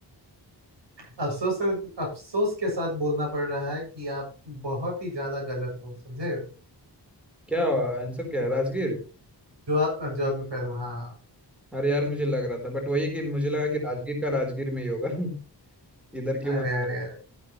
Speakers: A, on the right; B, in the centre.
A: अफसोस अफसोस के साथ बोलना पड़ रहा है कि आप बहुत ही ज्यादा गलत हो समझे
B: क्या आंसर क्या है राजगीर
A: जो आ- जो आपने पहले हाँ
B: अरे यार मुझे लग रहा था बट वही कि मुझे लगा कि राजगीर का राजगीर में ही होगा <laughs> इधर क्यों
A: अरे
B: आया?
A: अरे अरे